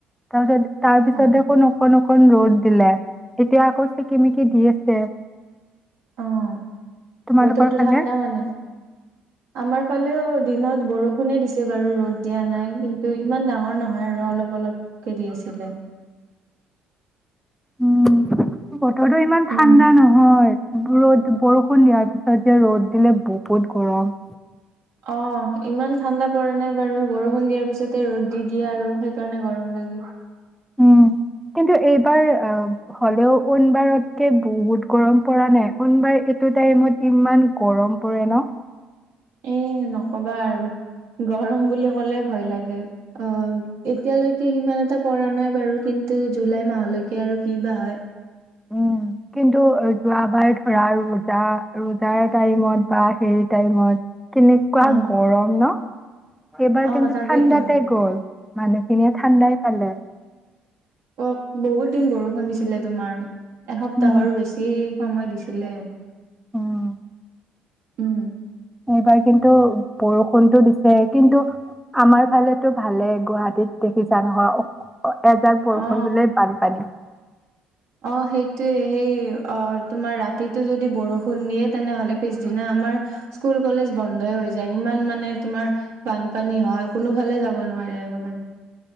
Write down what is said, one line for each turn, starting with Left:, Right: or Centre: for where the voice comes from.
Centre: তাৰপিছত তাৰপিছতে
Right: অ
Centre: আকৌ অকন অকন ৰ'দ দিলে। এতিয়া আকৌ চিকি মিকি দি আছে।
Right: অঁ
Centre: তোমালোকৰ
Right: বতৰটো
Centre: ফালে?
Right: ঠাণ্ডা মানে, আমাৰ ফালেও দিনত বৰষুণে দিছে বাৰু ৰ'দ দিয়া নাই কিন্তু ইমান ডাঙৰ নহয় আৰু অলপ অলপকে দি আছিলে।
Centre: উম, বতৰটো ইমান ঠাণ্ডা
Right: উম
Centre: নহয়। ৰ'দ বৰষুণ দিয়াৰ পিছত যে ৰ'দ দিলে বহুত গৰম।
Right: অ ইমান ঠাণ্ডা পৰা নাই বাৰু বৰষুণ দিয়াৰ পিছতে ৰ'দ দি দিয়ে আৰু সেইকাৰণে গৰম লাগে।
Centre: উম কিন্তু এই তই অ হ'লেও অন বাৰতকে বহুত গৰম পৰা নাই, অন বাৰ এইটো টাইমত ইমান গৰম পৰে ন?
Right: এ নকবা আৰু গৰম বুলি কলে ভয় লাগে, অ এতিয়ালৈকে সিমান এটা পৰা নাই বাৰু কিন্তু জুলাই মাহলৈকে আৰু কি বা হয়।
Centre: উম। কিন্তু যোৱাবাৰ ধৰা ৰোজা ৰোজাৰ টাইমত বা হেৰি টাইমত কেনেকুৱা
Right: অ
Centre: গৰম ন? এইবাৰ
Right: অ
Centre: কিন্তু
Right: তাকেইতো
Centre: ঠাণ্ডাতে গ'ল, মানুহখিনিয়ে ঠাণ্ডাই পালে।
Right: ক বহুত দিন বৰষুণ দিছিলে তোমাৰ। এসপ্তাহৰো
Centre: উম।
Right: বেছি! সময় দিছিলে।
Centre: উম।
Right: উম
Centre: এইবাৰ কিন্তু বৰষুণতটো দিছে কিন্তু আমাৰ ফালেতো ভালে গুৱাহাটীত দেখিছা নহয় অ এজাক বৰষুণ
Right: অ
Centre: দিলে বানপানী
Right: অ সেইটোৱে সেই অ তোমাৰ ৰাতিটো যদি বৰষুণ দিয়ে তেনেহলে পিছদিনা আমাৰ স্কুল কলেজ বন্ধই হৈ যায় ইমান মানে তোমাৰ বানপানী হয় কোনো ফালে যাব নোৱাৰি আৰু